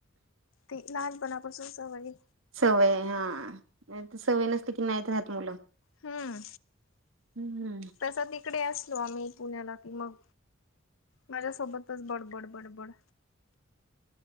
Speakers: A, on the left (about 80°); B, on the right (about 80°).
A: ते लाहानपणा पासुन सवय हे.
B: सवय हा सवय नसती कि नाहीत राहत मुलं
A: हम्म
B: हं.
A: तस ती तीकडे असलो आम्ही पुण्याला कि मग माझ्यासोबतच बडबड बडबड